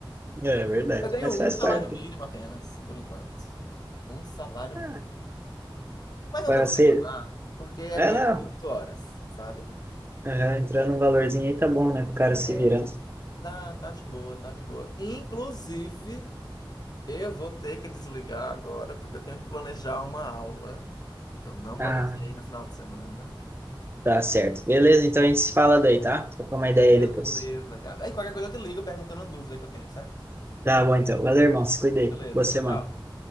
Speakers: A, on the right; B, on the left.
A: É verdade,
B: Eu ganho
A: mas
B: um
A: faz
B: salário
A: parte.
B: mínimo apenas, por enquanto. Um salário
A: Ah,
B: mínimo. Mas eu
A: parceiro.
B: não vou reclamar, porque é
A: É,
B: menos
A: não.
B: de oito horas, sabe?
A: Aham, entrando um valorzinho aí tá bom, né? Pro cara se
B: É,
A: virando.
B: Dá, tá de boa, tá de boa. Inclusive, eu vou ter que desligar agora porque eu tenho que planejar uma aula que eu não planejei
A: Ah,
B: no final de semana.
A: tá certo. Beleza, então a gente se fala daí, tá? Tô com uma ideia
B: Beleza,
A: aí depois.
B: Gabi. Aí qualquer coisa eu te ligo perguntando uma dúvida que eu tenho, certo?
A: Tá bom, então. Valeu, irmão. Se cuida aí.
B: Beleza,
A: Boa semana.
B: tchau, tchau.